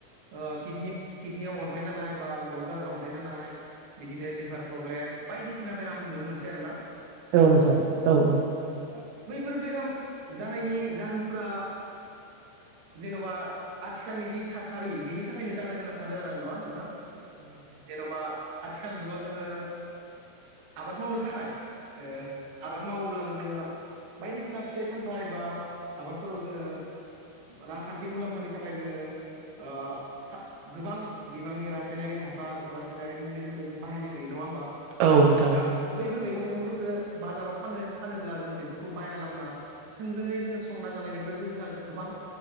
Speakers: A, on the right; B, on the right.
A: ओ किचनिप किडनियाव अन्थाइ जानाय बा गल्ड ब्लादाराव अन्थाइ जानाय बिदिनो लिभार प्रब्लेम बायदिसिना बेराम नुनो मोनसै आरो ना ।
B: औ नोंथां औ औ ।
A: बैफोर बेराम जानायनि जाहोनफोरा जेन'बा आथिखालनि जि थासारि बिनि थाखायनो जादों होनना सानो आरो आं नङा नों थां, जेन'बा आथिखाल जुगाव जोङो आबाद मावनो थाखाय ओ आबाद मावोब्लाबो जोङो बायदिसिना फिथाइ सामथाइ बा आबादफोराव जोङो रांखान्थि मुलाम्फानि थाखाय जोङो ओ था गोबां बिबांनि रासायनारि हासार रासायनारि मुलिफोरखौ जों बाहायनाय नुयो नंआ ओमबा
B: औ नोंथां
A: दा बैफोर मैगं मैंगंफोरखौ बाजाराव फाननो फानोब्ला जों बेफोरखौ बायना लाबना थोंजोङै जोङो सु संना जानायनिफ्रायबो जोङो गोबां